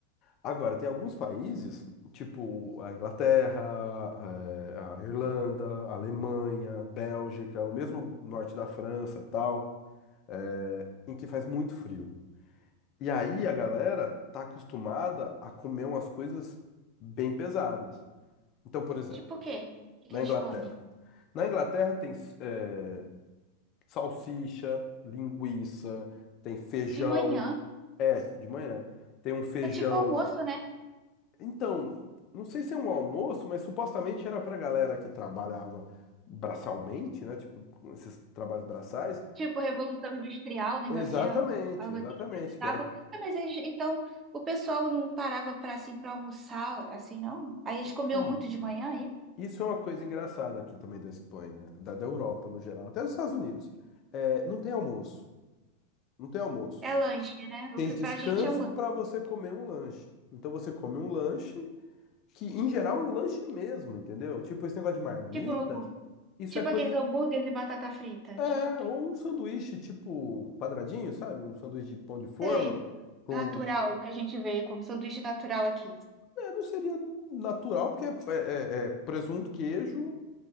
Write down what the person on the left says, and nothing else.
Agora, tem alguns países, tipo a Inglaterra, é, a Irlanda, a Alemanha, Bélgica, o mesmo norte da França, tal é, em que faz muito frio. E aí a galera tá acostumada a comer umas coisas bem pesadas. Então, por exemplo,
na
Inglaterra.
Na Inglaterra tem é, salsicha, linguiça, tem feijão.
É, de manhã. Tem um feijão.
Então, não sei se é um almoço, mas supostamente era pra galera que trabalhava braçalmente, né? Tipo, com esses trabalhos braçais.
Exatamente,
exatamente.
Que era.
E,
ó,
Isso é uma coisa engraçada aqui também da Espanha, da, da Europa no geral, até dos Estados Unidos. É, não tem almoço. Não tem almoço.
Tem
descanso
para você comer um lanche. Então você come um lanche, que em geral é um lanche mesmo, entendeu? Tipo esse negócio de marmita,
isso
é coisa.
É,
ou um sanduíche tipo um quadradinho, sabe? Um sanduíche de pão de forma
com.
É, não seria natural, porque é, é- é presunto, queijo,